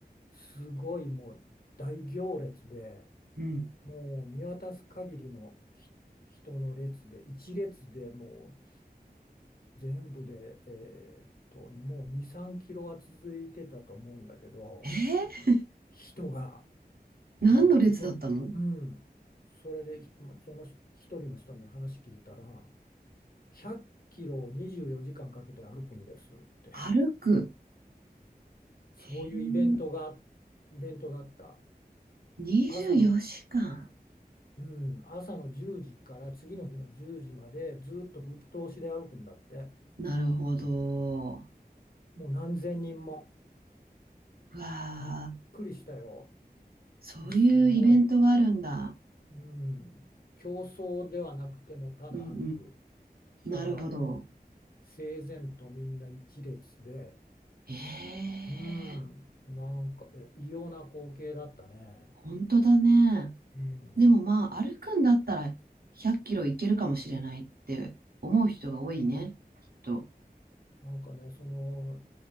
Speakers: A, on the left; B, on the right.
A: すごいもう大行列で、
B: うん。
A: もう見渡す限りのひ人の列で、一列でもう全部で、えーっと、もう2、3キロは続いてたと思うんだけど、
B: えー、
A: 人が、
B: 何の列だったの
A: あの、そ、うん、それで、ひまそのひ一人の人に話聞いたら、100キロを24時間かんかけて歩くんですって、
B: 歩く。
A: そういうイベントが、
B: えー、
A: イベントだった。
B: 24時間。
A: 朝の、うん、朝の10時から次の日の10時までずっとぶっ通しで歩くんだって。
B: なるほど。
A: もう何千人も。
B: うわ
A: びっくりしたよ。
B: あ、そういうイベントがあるんだ。
A: もうすごい。うん。競争ではなくてもうただ歩く。
B: うんうん。
A: だからもう整然とみんな一列で。
B: なるほど。ええ、
A: うん。なんか、え異様な光景だったね。
B: 本当だね。
A: うん。
B: でもまあ、歩くんだったら100キロいけるかもしれないって思う人が多いね、きっと。
A: なんかね、その